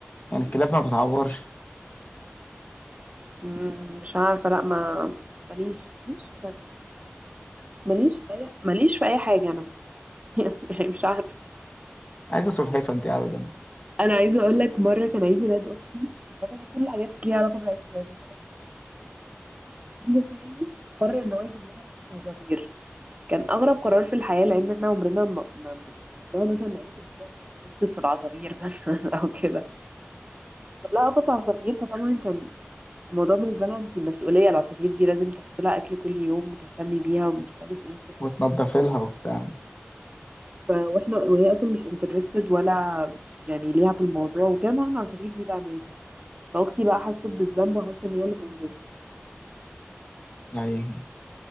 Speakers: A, on the left; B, on the right.
A: يعني الكلاب
B: مم.
A: ما بتعورش
B: مم، مش عارفه لا ما ماليش ماليش في ماليش في اي ماليش في اي حاجه انا <laughs> يعني مش عارفه
A: عايزة سلحفاة انت قاعدة جنبك
B: انا عايزه اقول لك مره كان عيد ميلاد اختي بابا ليه كل الحاجات ليها علاقه بالعيد ميلاد ابن خالي قرر ان هو يجيب لها قفص عصافير كان اغرب قرار في الحياه لان احنا عمرنا ما ما- ما- يعني عمرنا مثلا ما قالت ان هي انترستد في العصافير <laughs> مثلا او كده جاب لها قفص عصافير فطبعا كان الموضوع بالنسبه لها انت مسؤوليه العصافير دي لازم تحط لها اكل كل يوم وتهتمي بيها ومش عارف ايه وكده
A: وتنضف لها وبتاع
B: ف- واحنا وهي اصلا مش انترستد ولا يعني ليها في الموضوع وكان معاها العصافير دي بقى ماتت فاختي بقى حست بالذنب وحست ان هي اللي موتته
A: يعني